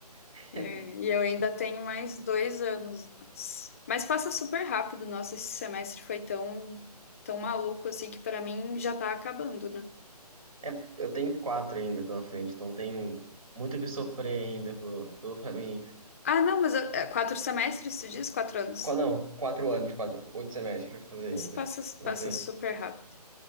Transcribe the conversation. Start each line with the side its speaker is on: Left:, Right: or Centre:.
Right: <laughs>
Left: É, E eu ainda tenho mais dois anos, mas... mas passa super rápido. Nossa, esse semestre foi tão, tão maluco assim que pra mim já tá acabando, né?
Right: É, eu tenho quatro ainda pela frente, então tem muito o que sofrer ainda pelo pelo caminho.
Left: Ah, não, mas eu- é, quatro semestres, tu diz? Quatro anos.
Right: Qua- Não, quatro anos, quatro, oito semestres pra fazer ainda.
Left: Mas passa,
Right: Não
Left: passa
Right: tem,
Left: super rápido.